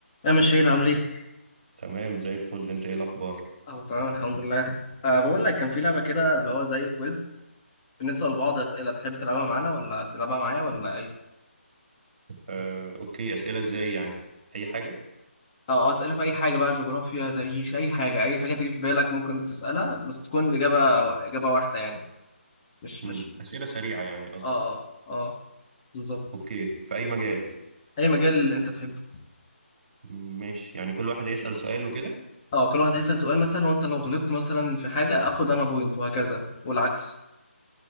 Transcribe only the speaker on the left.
يا مشيل عامل ايه؟
اه تمام الحمد لله أه بقول لك كان في لعبة كده اللي هو زي كويز بنسأل بعض أسئلة تحب تلعبها معانا ولا تلعبها معايا ولا ايه؟
اه آه، أسئلة في أي حاجة بقى جغرافيا تاريخ أي حاجة أي حاجة تيجي في بالك ممكن تسألها بس تكون الإجابة إجابة واحدة يعني مش
مش
اه اه اه بالظبط
أي مجال اللي أنت تحبه
اه كل واحد هيسأل سؤال مثلا وأنت لو غلطت مثلا في حاجة آخد أنا بوينت وهكذا والعكس